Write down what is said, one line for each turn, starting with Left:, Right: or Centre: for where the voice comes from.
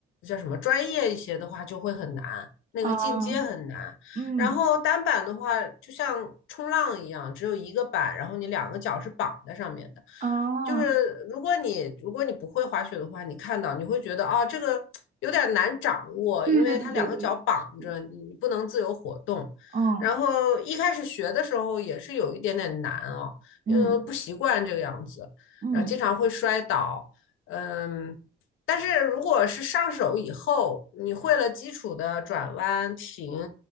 Left: 叫什么专业一些的话，就会很难，那个进阶很难。
Right: 哦，嗯。
Left: 然后单板的话，就像冲浪一样，只有一个板，然后你两个脚是绑在上面的。
Right: 哦，
Left: 就是如果你如果你不会滑雪的话，你看到你会觉得啊，这个有点难掌握，
Right: 对对对对对，
Left: 因为它两个脚绑着，
Right: 是的，
Left: 你不能自由活动。
Right: 嗯
Left: 然后一开始学的时候也是有一点点难哦，
Right: 嗯
Left: 因为不习惯这个样子，
Right: 嗯
Left: 然后经常会摔倒。嗯，但是如果是上手以后，你会了基础的转弯、停，